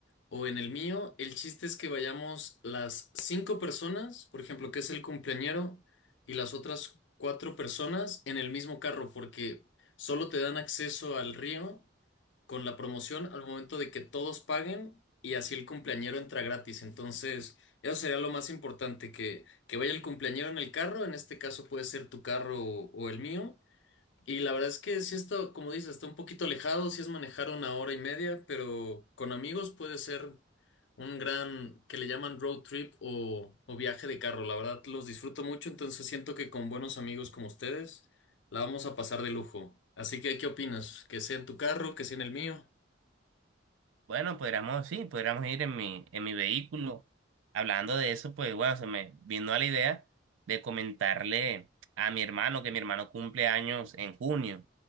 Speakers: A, on the left (about 65°); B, on the right (about 80°).
A: o en el mío. El chiste es que vayamos las cinco personas, por ejemplo, que es el cumpleañero, y las otras cuatro personas en el mismo carro, porque solo te dan acceso al río. con la promoción al momento de que todos paguen y así el cumpleañero entra gratis. Entonces, eso sería lo más importante, que, que vaya el cumpleañero en el carro, en este caso puede ser tu carro o, o el mío. Y la verdad es que si esto, como dices, está un poquito alejado, si es manejar una hora y media, pero con amigos puede ser un gran, que le llaman road trip o, o viaje de carro. La verdad los disfruto mucho, entonces siento que con buenos amigos como ustedes la vamos a pasar de lujo. Así que, ¿qué opinas? ¿Que sea en tu carro, que sea en el mío?
B: Bueno, podríamos, sí, podríamos ir en mi, en mi vehículo. Hablando de eso, pues bueno, se me vino a la idea de comentarle a mi hermano que mi hermano cumple años en junio.